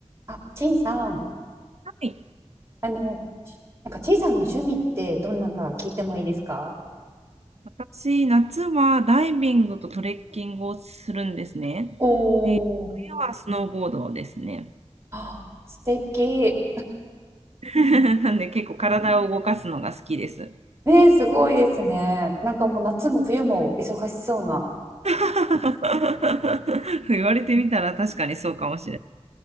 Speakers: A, on the right; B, on the right.
A: あ、ちいさん、
B: はい
A: あの、なんかちいさんの趣味ってどんなか聞いてもいいですか
B: 私、夏はダイビングとトレッキングをするんですね。
A: おお、
B: 冬はスノーボードですね。
A: あ素敵。
B: <laughs> なんで結構体を動かすのが好きです。
A: ねえ、すごいですね。なんかもう夏も冬も忙しそうな。
B: <laughs> 言われてみたら確かにそうかもしれ